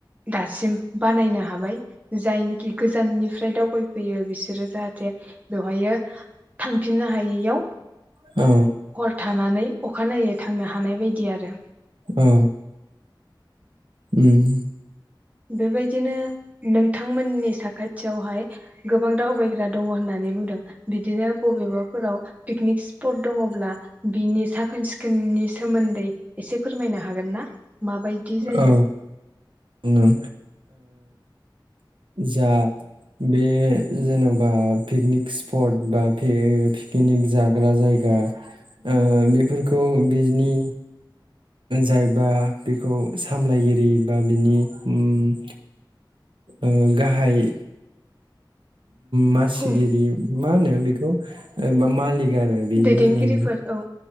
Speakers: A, on the right; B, on the right.
A: दासिम बानायनो हाबाय जायनिखि गोजाननिफ्राय दावबायफैयो बिसोरो जाहाथे बेवहायो। थांफिननो हायैयाव
B: औ
A: हर थानानै अख अखानायै थांनो हानाय बायदि। बिदि आरो
B: औ उम
A: बेबायदिनो नोंथांमोननि साखाथियावहाय गोबां दावबायग्रा दङ होननानै बुंदों बिदिनो बबेबाफोराव पिकनिक स्पट दङब्ला बिनि साखोन सिखोननि सोमोन्दै एसे फोरमायनो हागोन ना? माबायदि जायो।
B: औ ओ जा बे जेन'बा पिकनिक स्पट बा पि पिकनिक जाग्रा जायगा ओ बेफोरखौ बिनि जायबा। बेखौ सामलायगिरि बा बिनि उम ओ गाहाय मासिगिरि
A: औ
B: मा होनो बेखौ मालिक आरो बेयो
A: दैदेनगिरिफोर
B: माने
A: औ